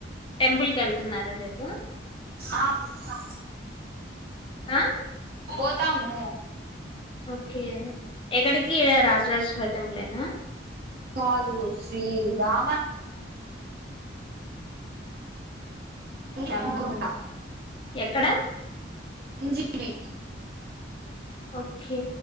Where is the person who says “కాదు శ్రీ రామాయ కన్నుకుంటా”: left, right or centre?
Right